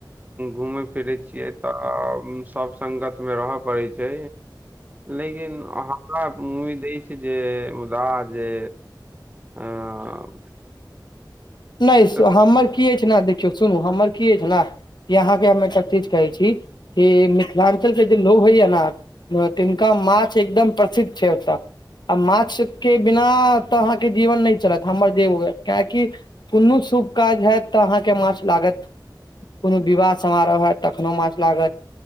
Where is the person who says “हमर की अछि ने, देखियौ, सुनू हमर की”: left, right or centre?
Left